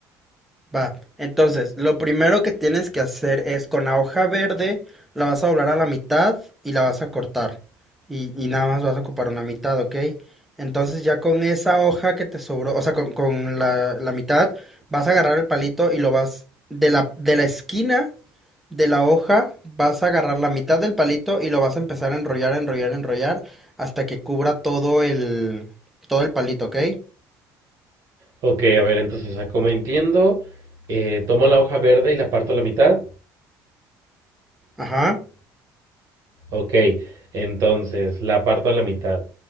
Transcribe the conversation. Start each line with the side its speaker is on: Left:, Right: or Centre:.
Centre: Va, entonces lo primero que tienes que hacer es con la hoja verde la vas a doblar a la mitad y la vas a cortar. Y, y nada más vas a ocupar una mitad, ¿ok? Entonces ya con esa hoja que te sobró, o sea, con, con la, la mitad, vas a agarrar el palito y lo vas de la, de la esquina de la hoja, vas a agarrar la mitad del palito y lo vas a empezar a enrollar, enrollar, enrollar hasta que cubra todo el, todo el palito, ¿ok?
Right: Ok, a ver, entonces, ah, como entiendo, eh, tomo la hoja verde y la parto a la mitad.
Centre: Ajá.
Right: Ok, entonces, la parto a la mitad.